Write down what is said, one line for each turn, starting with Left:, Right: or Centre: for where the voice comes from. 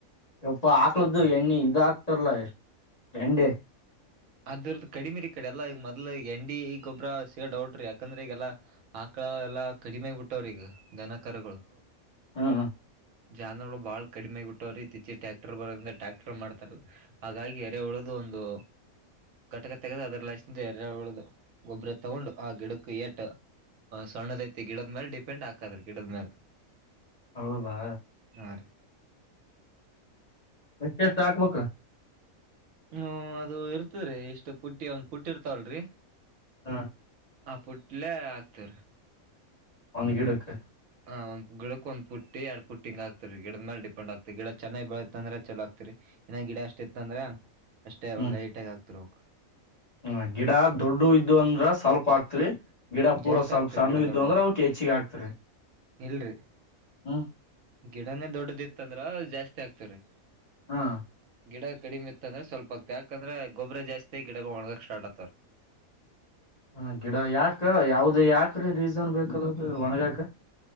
Left: ಯಪ್ಪ ಹಾಕ್ಳ್ದು ಎಣ್ಣೆ ಇದ ಹಾಕ್ತಾರಲ್ಲ ಎಂಡೆ
Right: ಅದ್ರದ್ದ ಕಡಿಮೆ ರಿ ಈ ಕಡೆ ಎಲ್ಲ ಈ ಮೊದ್ಲ್ ಎಂಡಿ ಈ ಗೊಬ್ಬ್ರ ಸಿಗದ್ ಡೌಟ್ರಿ ಯಾಕಂದ್ರೆ ಈಗೆಲ್ಲಾ ಆಕಳ ಎಲ್ಲಾ ಕಡಿಮೆ ಆಾಗಬಿಟ್ಟವ್ರ ಈಗ ದನಕರಗಳು
Left: ಹಾಂ
Right: ಜಾನರುಗಳು ಬಾಳ ಕಡಿಮೆಗಿ ಬಿಟ್ಟವ್ರು ಇತ್ತೀಚೆ ಟ್ಯಾಕ್ಟರ್ ಬರೋದ್ರ ಟ್ಯಾಕ್ಟರ್ ಮಾಡ್ತಾರೆ ಹಾಗಾಗಿ ಎರೆ ಉಳದು ಒಂದು ಘಟಕ ತೆಗೆದು ಅದ್ರ ಲಷ್ಟಿಂದ ಎರಡು ಉಳ್ದು ಗೊಬ್ರ ತಗೊಂಡು ಆ ಗಿಡಕ್ಕ ಏಟ್ಟು ಸಣ್ಣದ ಐತಿ ಗಿಡದ ಮೇಲೆ ಡಿಪೆಂಡ್ ಅಕದ್ರಿ ಗಿಡದ ಮೇಲೆ
Left: ಹೌದಾ
Right: ಹಾ ರೀ
Left: ಎಷ್ಟು ಎಷ್ಟ ಹಾಕ್ಬೇಕು
Right: ಹ್ಮ ಅದು ಇರ್ತರಿ ಇಷ್ಟು ಪುಟ್ಟಿ ಒಂದ್ ಪುಟ್ಟಿ ಇರ್ತಾವಲ್ರರಿ
Left: ಹಾ
Right: ಆ ಪುಟ್ಲೆೇ ಆಕ್ತಿವ್ ರೀ
Left: ಒಂದು ಗಿಡಕ್ಕೆ
Right: ಹ ಒ ಗಿಡಕ್ ಒಂದ ಪುಟ್ಟಿ ಎರಡ್ ಪುಟ್ಟಿ ಹಿಂಗ್ ಆಗತಿವ್ರಿ ಗಿಡದ ಮೇಲ್ ಡಿಪೆಂಡ್ ಆಗ್ತಿ ಗಿಡ ಚೆನ್ನಾಗಿ ಬೆಳೆತ್ ಅಂದ್ರ ಚಲೋ ಆಕ್ತಿವ್ರಿ ಏ ಗಿಡ ಅಷ್ಟ ಇತ್ತ ಅಂದ್ರೆ ಅಷ್ಟೇ
Left: ಹ್ಮ್
Right: ಒಂದ್ ಲೈಟ್ ಆಗ್ತಿರ್ ಬೇಕು
Left: ಹ್ಮ ಗಿಡ ದೊಡ್ಡ ಇದ್ದು ಅಂದ್ರ ಸ್ವಲ್ಪ ಅಕ್ತಿರಿ ಗಿಡ ಪೂರ
Right: ಜಾಸ್ತಿ
Left: ಸ್ವಲ್ಪ
Right: ಆಗ್ತವ್ರಿ
Left: ಸಣ್ಣ
Right: ಗಿಡ
Left: ಇದ್ದ
Right: ದೊಡ್ಡದೈತಿ
Left: ಅಂದ್ರೆ ಅವ್ ಹೆಚ್ಚಿಗೆ ಹಾಕ್ತಾರೆ
Right: ಇಲ್ರಿ
Left: ಹ್ಮ
Right: ಗಿಡನೇ ದೊಡ್ಡದ ಇತ್ತ ಅಂದ್ರ ಜಾಸ್ತಿ ಆಗ್ತವ್ರರಿ
Left: ಹಾ
Right: ಗಿಡ ಕಡಿಮ ಇತ್ತ ಅಂದ್ರ ಸ್ವಲ್ಪ ಆಗ್ತ ಯಾಕಂದ್ರ ಗೊಬ್ಬರ ಜಾಸ್ತಿ ಗಿಡಗ ಒಣಗಾಕ್ ಸ್ಟಾರ್ಟ್ ಆತವ್
Left: ಹ ಗಿಡ ಯಾಕ ಯಾವ್ದ ಯಾಕ್ರೀ ರೀಸನ್ ಬೇಕಲ್ಲ ಒಣಗಾಕ